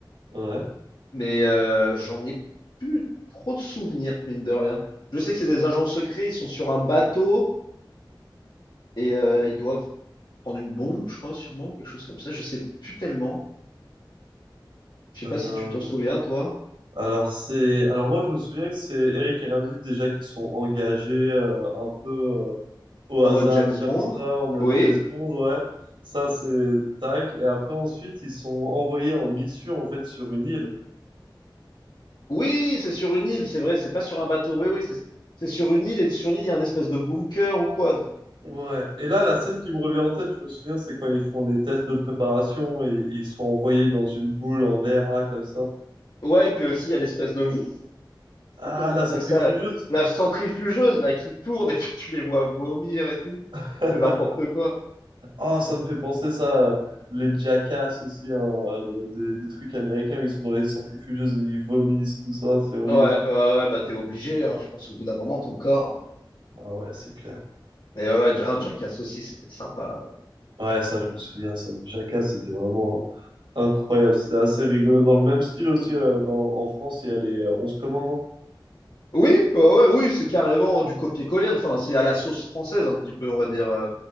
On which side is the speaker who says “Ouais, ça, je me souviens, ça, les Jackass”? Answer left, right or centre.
Right